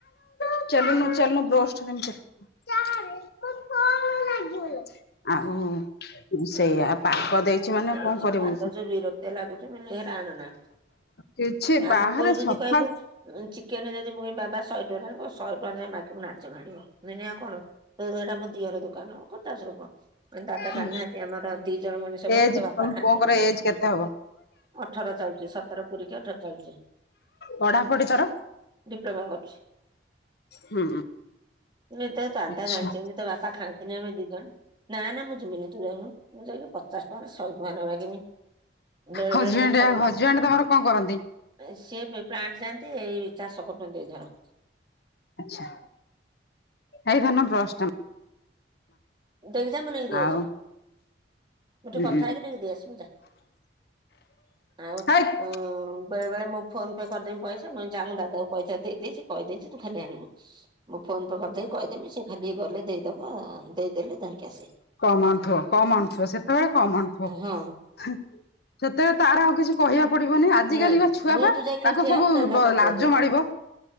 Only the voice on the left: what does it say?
<unintelligible> ଆଉସେଇଆ ପାଗ ଦେଇଛି ମାନେ
କଣ
କରିବୁ
କିଛି
ବାହାରେ
ସଫା
ହୁଁ
ଏଜ
ତମ
ପୁଅଙ୍କର
ଏଜ କେତେ ହବ?
ପଢାପଢି ତାର?
ହୁଁ
ଆଚ୍ଛା।
ହଜବେଣ୍ଡ
ହଜବେଣ୍ଡ ତମର କଣ କରନ୍ତି?
ଆଛା ଏଇ ଧନ ବ୍ରସ ଟା।
ଆଉ
ହୁଁ
ହେଇ
କମ ଆଣୁଥିବ କମ ଆଣୁଥିବ ସେତେବେଳେ କମ ଆଣୁଥିବ
ସେତେବେଳେ ତାର ଆଉ କିଛି। କହିବା ପଡିବନି ଆଜିକାଲି
ବା ଛୁଆ
ପା
ତାଙ୍କୁ
ସବୁ
ଲାଜ
ମାଡ଼ିବ।